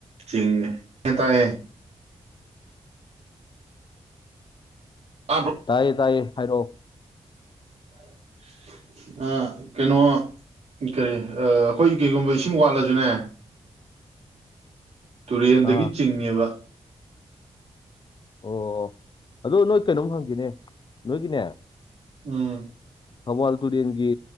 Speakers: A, on the right; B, on the left.
A: ꯆꯤꯡꯉꯦ ꯇꯥꯏꯑꯦ ꯇꯥꯗ꯭ꯔꯣ
B: ꯇꯥꯏꯌꯦ ꯇꯥꯏꯌꯦ ꯍꯥꯏꯔꯛꯑꯣ
A: <unintelligible> ꯑꯥ ꯀꯩꯅꯣ ꯀꯔꯤ ꯑꯥ ꯑꯩꯈꯣꯏ ꯀꯩꯒꯨꯝꯕ ꯏꯁꯤꯡ ꯋꯥꯠꯂꯁꯨꯅꯦ ꯇꯨꯔꯦꯟꯗꯒꯤ
B: ꯑꯥ
A: ꯆꯤꯡꯉꯦꯕ
B: ꯑꯣ ꯑꯣ ꯑꯗꯨ ꯅꯣꯏ ꯀꯩꯅꯣꯝ ꯍꯪꯒꯦꯅꯦ ꯅꯣꯏꯒꯤꯅꯦ
A: ꯎꯝ
B: ꯊꯧꯕꯥꯜ ꯇꯨꯔꯦꯜꯒꯤ